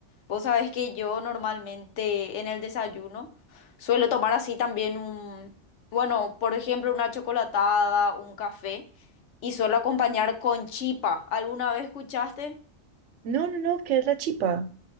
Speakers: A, on the left (about 75°); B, on the right (about 80°).
A: Vos sabés que yo normalmente en el desayuno suelo tomar así también un, bueno, por ejemplo, una chocolatada, un café y suelo acompañar con chipa. ¿Alguna vez escuchaste?
B: No, no, no, ¿qué es la chipa?